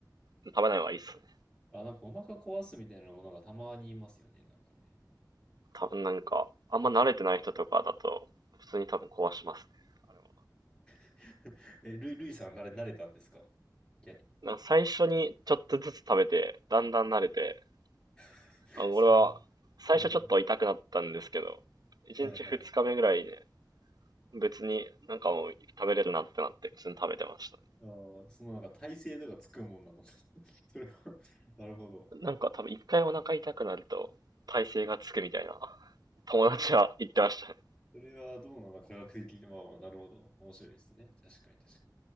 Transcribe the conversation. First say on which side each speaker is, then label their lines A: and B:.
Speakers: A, on the right (about 65°); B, on the left (about 20°).
A: 食べない方がいいっすね。
B: あ、なんかお腹壊すみたいなものがたまにいますよね。なんかね。
A: 多分なんか、あんま慣れてない人とかだと、普通に多分壊しますね。あれは。
B: <laughs> え、ルイ、ルイさん慣れ、慣れたんですかいや、
A: なんか最初にちょっとずつ食べて、だんだん慣れて、
B: <laughs>
A: あの俺は最初ちょっと痛くなったんですけど、
B: そんな、あー、
A: 1日2日目ぐらいで、
B: はいはい。
A: ね別になんかもう食べれるなってなって、普通に食べてました。
B: あー、そのなんか耐性とかつくもんなのか。<laughs> それは <laughs> なるほど。
A: なんか多分一回お腹痛くなると耐性がつくみたいな友達は言ってましたね。
B: それはどうなの科学的に、まあまあ、なるほど。面白いですね。確かに確か